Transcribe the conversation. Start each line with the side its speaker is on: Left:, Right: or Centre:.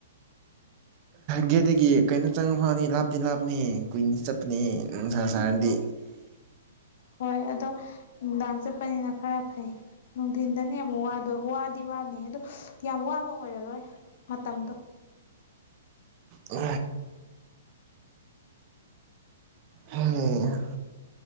Right: ꯒꯦꯠꯇꯒꯤꯦ ꯀꯩꯅꯣ ꯆꯪꯉ ꯐꯅꯤ ꯂꯥꯞꯇꯤ ꯂꯥꯞꯅꯤ ꯀꯨꯏꯅꯗ ꯆꯠꯄꯅꯦ ꯅꯨꯡꯁꯥ ꯁꯥꯔꯗꯤ
Left: ꯍꯣꯏ ꯑꯗꯣ ꯅꯨꯡꯗꯥꯡ ꯆꯠꯄꯅꯤꯅ ꯈꯔ ꯐꯩ ꯅꯨꯡꯊꯤꯟꯗꯅꯤ ꯑꯃꯨꯛ ꯋꯥꯗꯣꯏ ꯗꯤ ꯋꯥꯅꯤ ꯑꯗꯨꯗ ꯌꯥꯝ ꯋꯥꯕ ꯑꯣꯏꯔꯔꯣꯏ ꯃꯇꯝꯗꯣ
Right: ꯎ ꯃ